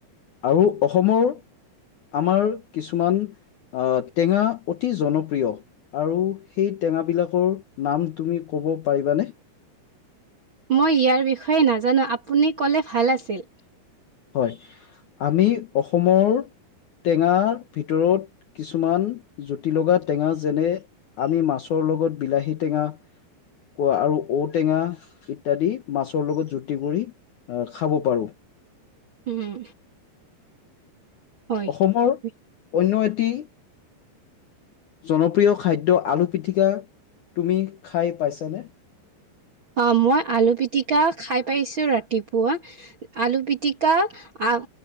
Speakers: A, on the left; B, on the right.
A: আৰু অসমৰ আমাৰ কিছুমান টেঙা অতি জনপ্ৰিয়। আৰু সেই টেঙাবিলাকৰ নাম তুমি ক'ব পাৰিবানে
B: মই ইয়াৰ বিষয়ে নাজানো আপুনি কলে ভাল আছিল
A: হয় আমি অসমৰ টেঙাৰ ভিতৰত কিছুমান জুতি লগা টেঙা যেনে আমি মাছৰ লগত বিলাহী টেঙা কোৱা আৰু ঔটেঙা ইত্যাদি মাছৰ লগত জুতি কৰি অহ খাব পাৰো
B: উম, হয়
A: অসমৰ অন্য এটি জনপ্রিয় খাদ্য আলু পিটিকা তুমি খাই পাইছানে
B: আ মই আলু পিটিকা খাই পাইছো ৰাতি পুৱা আলু পিটিকা আহ